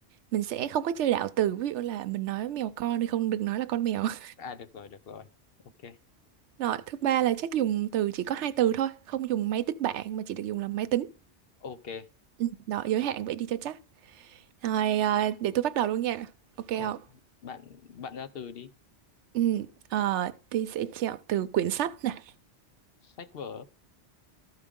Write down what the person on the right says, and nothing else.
mình sẽ không có chơi đạo từ, ví dụ là mình nói mèo con thì không được nói là con mèo. <laughs>
Rồi, thứ ba là chắc dùng từ chỉ có hai từ thôi, không dùng máy tính bảng mà chỉ được dùng là máy tính.
Ừ. Đó, giới hạn vậy đi cho chắc. Rồi, à, để tôi bắt đầu luôn nha. Ok không?
Ừ, ờ, tôi sẽ chọn từ quyển sách nè.